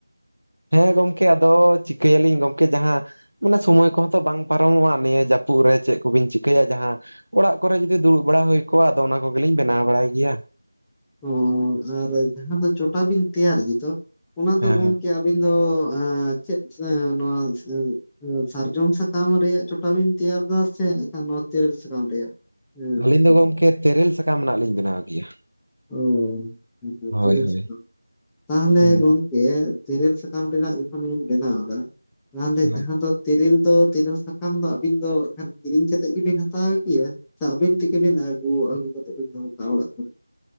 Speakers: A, on the right; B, in the centre.
A: ᱦᱮᱸ ᱜᱚᱝᱠᱮ ᱟᱫᱚ ᱪᱤᱠᱟᱹᱭᱟᱞᱤᱧ ᱜᱚᱝᱠᱮ ᱡᱟᱦᱟᱸ ᱢᱟᱱᱮ ᱥᱚᱢᱚᱭ ᱠᱚᱦᱚᱸ ᱛᱚ ᱵᱟᱝ ᱯᱟᱨᱚᱢᱚᱜᱼᱟ ᱱᱤᱭᱟᱹ ᱡᱟᱹᱯᱩᱫ ᱨᱮ ᱪᱮᱜ ᱠᱚᱵᱤᱱ ᱪᱤᱠᱟᱹᱭᱟ ᱡᱟᱦᱟᱸ ᱚᱲᱟᱜ ᱠᱚᱨᱮ ᱡᱩᱫᱤ ᱫᱩᱲᱩᱵ ᱵᱟᱲᱟ ᱦᱩᱭ ᱠᱚᱜ-ᱟ ᱟᱫᱚ ᱚᱱᱟ ᱠᱚᱜᱮᱞᱤᱧ ᱵᱮᱱᱟᱣ ᱵᱟᱲᱟᱭ ᱜᱮᱭᱟ᱾
B: ᱦᱩᱸ ᱟᱨ ᱡᱟᱦᱟᱸ ᱫᱚ ᱪᱚᱴᱟᱵᱤᱱ ᱛᱮᱭᱟᱨ ᱜᱮ ᱫᱚ᱾ ᱚᱱᱟ
A: ᱦᱮᱸ᱾
B: ᱫᱚ ᱜᱚᱝᱠᱮ ᱟᱼᱼ ᱟᱹᱵᱤᱱ ᱫᱚ ᱮᱸ ᱪᱮᱫ ᱥᱮᱸ ᱱᱚᱣᱟ ᱥᱮᱸ ᱥᱟᱨᱡᱚᱢ ᱥᱟᱠᱟᱢ ᱨᱮᱭᱟᱜ ᱪᱚᱴᱟ ᱵᱮᱱ ᱛᱮᱭᱟᱨ ᱫᱟ ᱥᱮ ᱮᱱᱠᱷᱟᱱ ᱱᱚᱣᱟ ᱛᱮᱨᱮᱞ ᱥᱟᱠᱟᱢ ᱨᱮᱭᱟᱜ? ᱦᱮᱸ
A: ᱟᱹᱞᱤᱧ ᱫᱚ
B: ᱪᱚᱴᱟ
A: ᱜᱚᱢᱠᱮ ᱛᱮᱨᱮᱞ ᱥᱟᱠᱟᱢ ᱨᱮᱱᱟᱜ ᱞᱤᱧ ᱵᱮᱱᱟᱣ ᱜᱮᱭᱟ᱾
B: ᱚ ᱟᱵᱤᱱ ᱫᱚ
A: ᱦᱳᱭ
B: ᱛᱮᱨᱮᱞ
A: ᱦᱳᱭ
B: ᱥᱟᱠᱟᱢ᱾ ᱛᱟᱦᱟᱞᱮ
A: ᱦᱮᱸ
B: ᱜᱚᱢᱼᱼ ᱠᱮ ᱛᱮᱨᱮᱞ ᱥᱟᱠᱟᱢ ᱨᱮᱱᱟᱜ ᱡᱚᱠᱷᱚᱱᱵᱮᱱ ᱵᱮᱱᱟᱣ ᱫᱟ ᱚᱱᱟᱫᱮ
A: ᱦᱮᱸ
B: ᱡᱟᱦᱟᱸ ᱫᱚ ᱛᱮᱨᱮᱞ ᱫᱚ ᱛᱮᱨᱮᱞ ᱥᱟᱠᱟᱢ ᱫᱚ ᱟᱵᱤᱱ ᱫᱚ ᱮᱠᱷᱟᱱ ᱠᱤᱨᱤᱧ ᱠᱟᱛᱮᱜ ᱜᱮᱵᱤᱱ ᱦᱟᱛᱟᱣ ᱜᱮᱭᱟ? ᱛᱟ ᱟᱹᱵᱤᱱ ᱛᱮᱜᱮ ᱵᱤᱱ ᱟᱹᱜᱩ ᱟᱹᱜᱩ ᱠᱟᱛᱮᱫ ᱵᱤᱱ ᱫᱚᱦᱚ ᱠᱟᱜᱼᱟ ᱚᱲᱟᱜ ᱠᱚᱨᱮ?